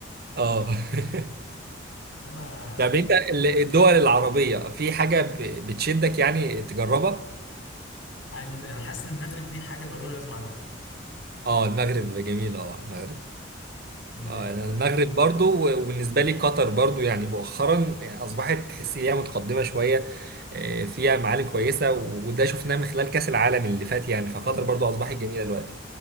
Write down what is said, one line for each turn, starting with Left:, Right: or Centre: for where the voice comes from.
Right: اه <laughs>
Left: انما
Right: طب انت ال- الدول العربية في حاجة ب- بتشدك يعني تجربها؟
Left: الم- انا حاسس ان المغرب دي حاجه ضروري لازم اعملها
Right: اه المغرب جميل اه المغرب
Left: ال-
Right: اه انا المغرب برضو و- وبالنسبة لي قطر برضو يعني مؤخرا اصبحت تحس ان هي متقدمة شوية آه، فيها معالم كويسة وده شفناه من خلال كأس العالم اللي فات يعني فقطر
Left: مم.
Right: برضو اصبحت جميلة دلوقتي